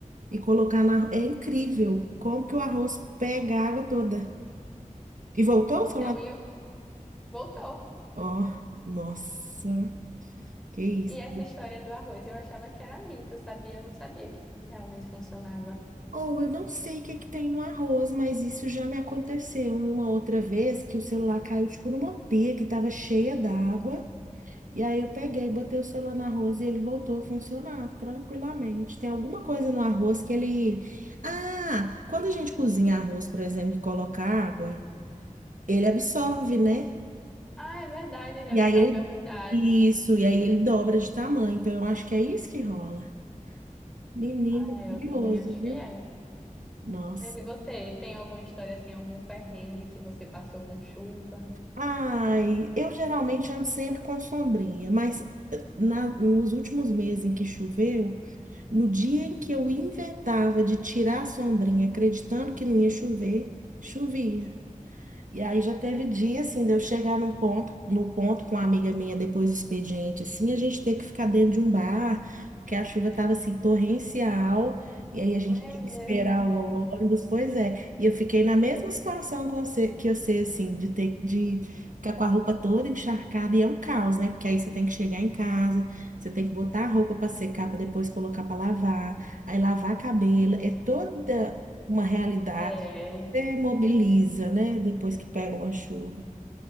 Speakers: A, on the right; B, in the centre.
A: e colocar na. É incrível como que o arroz pega a água toda. E voltou
B: Então,
A: o celular?
B: e eu- voltou.
A: Ó, nossa, que isso.
B: E essa história do arroz eu achava que era mito, sabia? Eu não sabia que realmente funcionava.
A: Ou eu não sei o que é que tem no arroz, mas isso já me aconteceu em uma outra vez que o celular caiu tipo numa pia que estava cheia d'água. E aí eu peguei, botei o celular no arroz e ele voltou a funcionar tranquilamente. Tem alguma coisa no arroz que ele. Ah, quando a gente cozinha arroz, por exemplo, e coloca água, ele absorve, né?
B: Ah, é verdade, ele
A: E
B: absorve
A: aí ele.
B: a umidade.
A: Isso, e aí ele dobra de tamanho. Então eu acho que é isso que rola. Menino,
B: Ah,
A: é
B: é,
A: curioso,
B: eu também acho
A: viu?
B: que é.
A: Nossa.
B: Mas e você, tem alguma história assim, algum perrengue que você passou com chuva?
A: Ai, eu geralmente ando sempre com sombrinha, mas eh, na- nos últimos meses em que choveu, no dia em que eu inventava de tirar a sombrinha, acreditando que não ia chover, chovia. E aí já teve dia, assim, de eu chegar num ponto, no ponto com uma amiga minha depois do expediente, assim, a gente ter que ficar dentro de um bar, porque a chuva tava, assim, torrencial, e aí a gente
B: Meu
A: tinha que esperar
B: Deus do céu.
A: o ônibus, pois é. E eu fiquei na mesma situação com você- que eu sei, assim, de ter, de ficar com a roupa toda encharcada, e é um caos, né? Porque aí você tem que chegar em casa, você tem que botar a roupa para secar, para depois colocar para lavar, aí lavar cabelo, é toda uma realidade
B: É.
A: Demobiliza, né? Depois que pega uma chuva.